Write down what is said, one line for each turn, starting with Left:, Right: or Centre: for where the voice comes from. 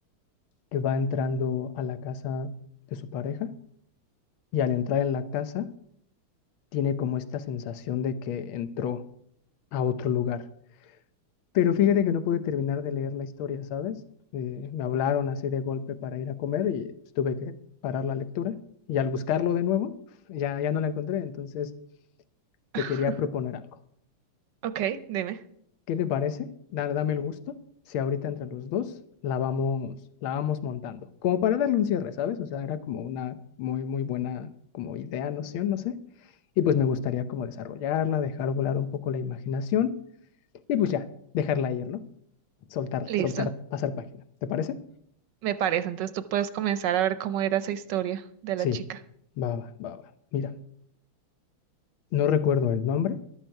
Left: que va entrando a la casa de su pareja y al entrar en la casa tiene como esta sensación de que entró a otro lugar Pero fíjate que no pude terminar de leer la historia, ¿sabes? Eh, me hablaron así de golpe para ir a comer y pues, tuve que parar la lectura. Y al buscarlo de nuevo, ya, ya no la encontré. Entonces te
Right: <laughs>
Left: quería proponer algo.
Right: ok, dime.
Left: ¿Qué te parece? Da- dame el gusto. Si ahorita entre los dos la vamos, la vamos montando. Como para darle un cierre, ¿sabes? O sea, era como una muy, muy buena como idea, noción, no sé. Y pues me gustaría como desarrollarla, dejar volar un poco la imaginación y pues ya, dejarla ir, ¿no? soltar,
Right: Listo,
Left: soltar, pasar página. ¿Te parece?
Right: me parece. Entonces tú puedes comenzar a ver cómo era esa historia de la
Left: Sí,
Right: chica.
Left: va, va, va, va. Mira, no recuerdo el nombre,